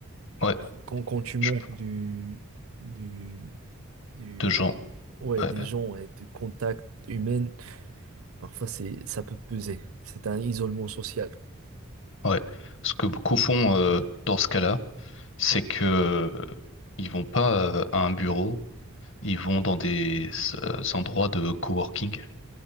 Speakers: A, on the left; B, on the right.
A: ouais,
B: Et quand, quand tu manques
A: je sais pas,
B: du, du, du,
A: de gens,
B: ouais,
A: ouais,
B: des gens et de contact humain, parfois c'est, ça peut peser. C'est un isolement social.
A: ouais. Ce que beaucoup font, euh, dans ce cas-là, c'est
B: Ouais,
A: que, euh, ils vont pas euh, à un bureau Ils vont dans des euh, endroits de coworking